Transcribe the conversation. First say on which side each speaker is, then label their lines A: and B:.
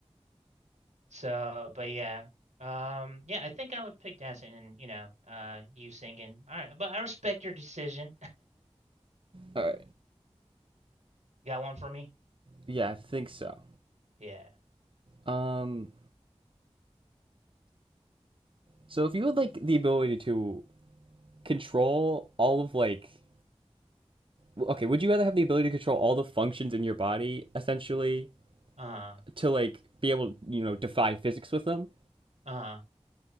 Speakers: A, on the right; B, on the right.
A: So, but yeah. Um, yeah, I think I would pick dancing and, you know, uh you singing. All right, but I respect your decision.
B: uh,
A: <laughs> Got one for me?
B: yeah, I think so.
A: Yeah.
B: Um so if you had like the ability to control all of like okay, would you rather have the ability to control all the functions in your body essentially
A: Uh,
B: to like be able to, you know, defy physics with them
A: uh.